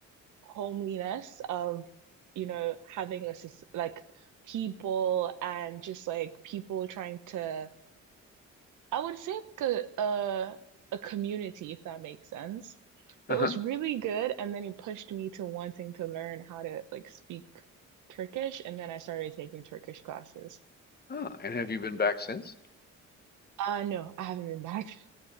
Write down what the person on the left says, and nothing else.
uh-huh,
ah. And have you been back since?